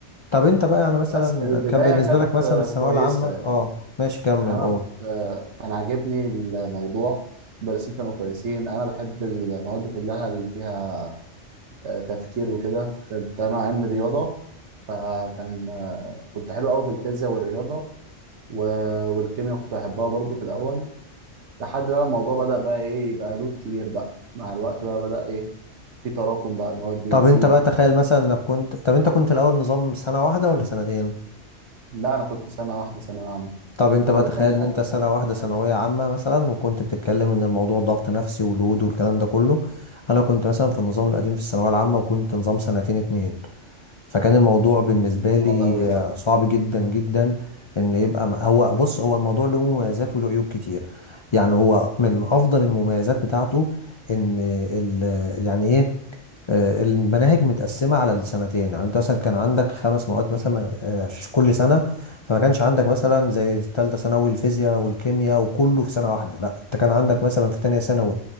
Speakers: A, on the left; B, on the right.
A: طب انت بقى يعني مثلا
B: بس البداية
A: كان بالنسبة
B: كانت
A: لك مثلا
B: آه،
A: الثانوية
B: كويسة
A: العامة اه ماشي كمل
B: يعني أنا
A: قول
B: كنت آه، كان عاجبني الموضوع المدرسين كانوا كويسين أنا بحب المواد كلها اللي فيها آه، تفكير وكده كنت انا علم رياضه فكان آه، كنت حلو قوي في الفيزياء والرياضه و... والكيمياء كنت بحبها برضو في الاول لحد بقى الموضوع بدأ بقى ايه يبقى لود كبير بقى مع الوقت بقى بدأ ايه في تراكم بقى المواد بتزيد
A: طب انت بقى تخيل مثلا انك كنت طب انت كنت الاول نظام سنة واحدة ولا سنتين
B: لا انا كنت سنه واحده ثانويه عامه
A: طب انت
B: ولو
A: بقى تخيل
B: تانية
A: ان انت سنة واحدة ثانوية
B: عادي
A: عامة مثلا وكنت بتتكلم ان الموضوع ضغط نفسي ولود والكلام ده كله انا كنت مثلا في النظام القديم في الثانوية العامة وكنت نظام سنتين اتنين فكان الموضوع بالنسبة لي
B: صعب قوي ده
A: آه، صعب جدا جدا ان يبقى م- هو بص هو الموضوع له مميزات وله عيوب كتير يعني هو من افضل المميزات بتاعته ان ال... يعني ايه آه، المناهج متقسمة على السنتين يعني انت مثلا كان عندك خمس مواد مثلا آه، في كل سنة فما كانش عندك مثلا زي تالتة ثانوي الفيزياء والكيمياء وكله في سنة واحدة لا انت كان عندك مثلا في تانية ثانوي